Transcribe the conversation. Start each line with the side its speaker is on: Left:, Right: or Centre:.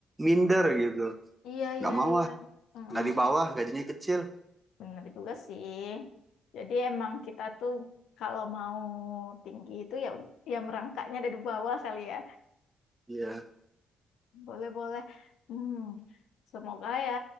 Right: minder gitu,
Left: Iya,
Right: nggak
Left: iya,
Right: mau
Left: iya.
Right: ah
Left: Mm-mm.
Right: dari bawah gajinya kecil.
Left: Bener juga sih. Jadi emang kita tuh kalau mau tinggi itu ya ya merangkaknya dari bawah kali ya.
Right: Iya,
Left: Boleh, boleh. Hmm. Semoga ya